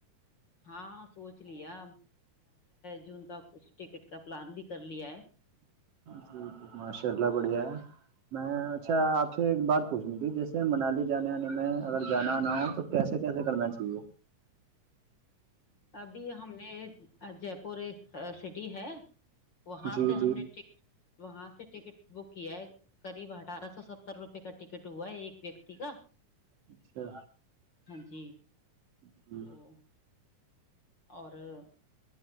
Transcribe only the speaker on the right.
جی ماشاءاللہ بڑھیا ہے میں اچھا اپ سے ایک بات پوچھنی تھی جیسے منالی جانے میں اگر جانا نہ ہو تو کیسے کیسے کرنا چاہیے
جی
جی
اچھا
جی